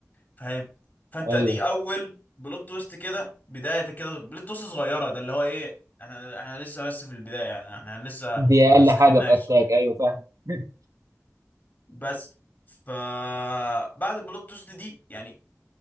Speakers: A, on the left (about 35°); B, on the right (about 85°).
A: فاهم فانت
B: ايوه
A: دي اول بلوت تويست كده بدايه كده بلوت تويست صغيره ده اللي هو ايه احنا احنا لسه بس في البدايه يعني احنا لسه
B: دي اقل
A: ما مسخناش
B: حاجه في اتاك ايوه فعلا <laughs>
A: بس فبعد البلوت تويست دي يعني